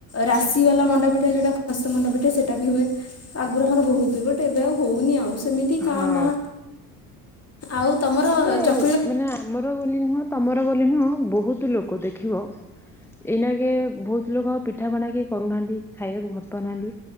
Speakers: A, on the left (about 30°); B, in the centre.
A: ରାଶି ବାଲା ମଣ୍ଡା ପୀଠା ଯୋଉଟା ଖଶା ମଣ୍ଡପିଠା ସେଇଟା ବି ହୁଏ। ଆଗରୁ ଆମର ବହୁତ ହୁଏ। ବଟ ଏବେ ଆଉ ହଉନି ଆଉ ସେମିତି କାଁ
B: ହଁ।
A: ମ୍ଭା ଆଉ ତମର
B: ଏବେ
A: ଚ
B: ମାନେ ଆମର ବୋଲି ନୁହଁ ତମର ବୋଲି ନୁହଁ ବହୁତ ଲୋକ ଦେଖିବ ଏଇନାକେ ବହୁତ ଲୋକ ପିଠାପଣା କିଏ କରୁନାହାଁନ୍ତି ଖାଇବାକୁ ଭଲ ପାଉନାହାନ୍ତି।